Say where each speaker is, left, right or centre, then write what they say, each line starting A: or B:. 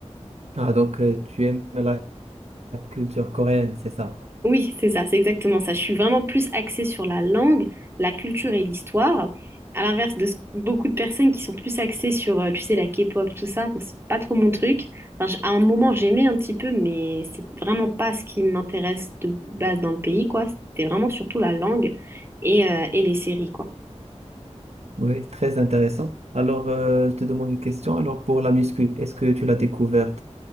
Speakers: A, on the right; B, on the right.
A: Ah, donc, euh, tu aimes la culture coréenne, c'est ça?
B: Oui, c'est ça, c'est exactement ça. Je suis vraiment plus axée sur la langue, la culture et l'histoire, à l'inverse de ce- beaucoup de personnes qui sont plus axées sur, euh, tu sais, la K-pop, tout ça. Moi, c'est pas trop mon truc. Enfin, j- à un moment, j'aimais un petit peu, mais c'est vraiment pas ce qui m'intéresse de base dans le pays, quoi. C'était vraiment surtout la langue et, euh, et les séries, quoi.
A: Oui, très intéressant. Alors, euh, je te demande une question. Alors, pour la muscu, est-ce que tu l'as découverte